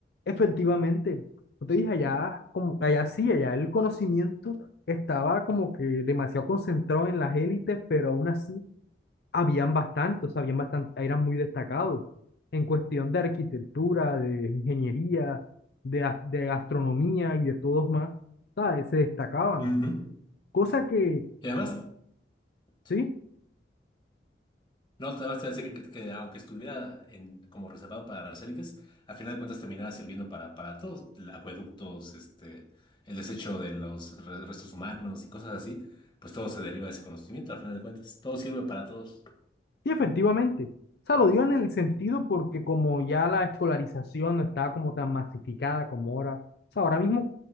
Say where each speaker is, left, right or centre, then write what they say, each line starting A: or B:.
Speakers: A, on the left (about 65°); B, on the left (about 25°).
A: Efectivamente, como te dije, allá, como, allá sí, allá el conocimiento estaba como que demasiado concentrado en las élites, pero aún así habían bastante, o sea, habían bastante, eran muy destacados en cuestión de arquitectura, de ingeniería, de, as- de astronomía y de todos más, ¿sabes? Se destacaban.
B: ¿no? Ujú.
A: Cosa que...
B: Y además, sí.
A: Sí,
B: No, te vas a decir que, que aunque estuviera en, como reservado para las élites, a final de cuentas terminaba sirviendo para, para todos, l- acueductos, este, el desecho de los re- restos humanos y cosas así, pues todo se deriva de ese conocimiento, a final de cuentas, todo sirve para todos.
A: Sí, efectivamente. O sea, lo digo en el sentido porque como ya la escolarización no estaba como tan masificada como ahora, o sea, ahora mismo